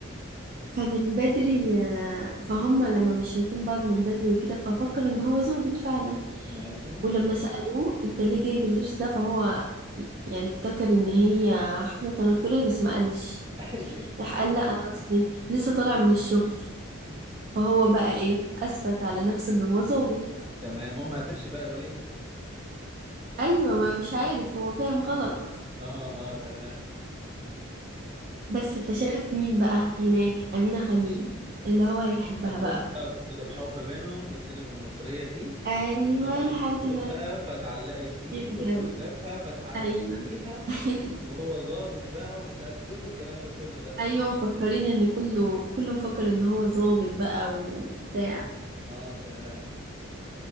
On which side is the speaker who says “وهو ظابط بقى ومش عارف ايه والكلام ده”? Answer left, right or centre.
Right